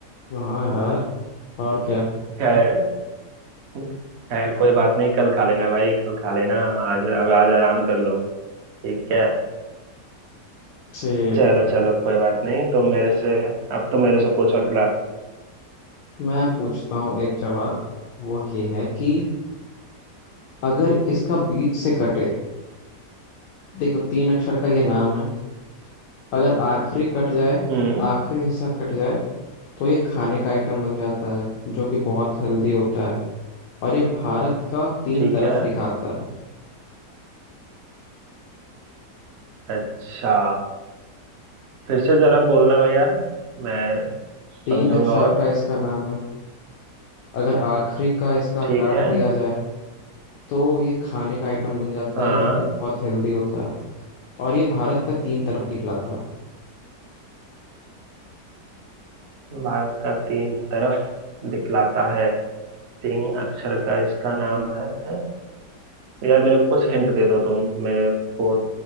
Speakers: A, on the left; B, on the right.
A: हाँ यार
B: तो
A: और क्या
B: खैर खैर कोई बात नहीं कल खा लेना भाई कल खा लेना आज अब आज आराम कर लो ठीक है
A: ठीक
B: चलो
A: है
B: चलो कोई बात नहीं तो मेरे से अब तो मेरे से पूछो अगला
A: मैं पूछता हूँ एक जवाब वो ये है कि अगर इसका बीच से कटे देखो तीन अक्षर का ये नाम है अगर आखिरी कट जाए
B: हम्म
A: आखिरी हिस्सा कट जाए तो ये खाने का आइटम बन जाता है जो कि बहुत हेल्दी होता है और ये भारत का तीन
B: ठीक
A: तरफ
B: है
A: दिखाता है
B: अच्छा फिर से जरा बोलना भाई यार मैं
A: तीन
B: समझूंगा
A: अक्षर
B: और
A: का इसका नाम है अगर आखिरी का इसका
B: ठीक
A: काट
B: है
A: दिया जाए तो ये खाने का आइटम बन जाता
B: हाँ
A: है जो कि बहुत हेल्दी होता है और ये भारत का तीन तरफ दिखलाता है
B: भारत का तीन तरफ दिखलाता है तीन अक्षर का इसका नाम है यार मेरे को कुछ हिंट दे दो तुम मेरे को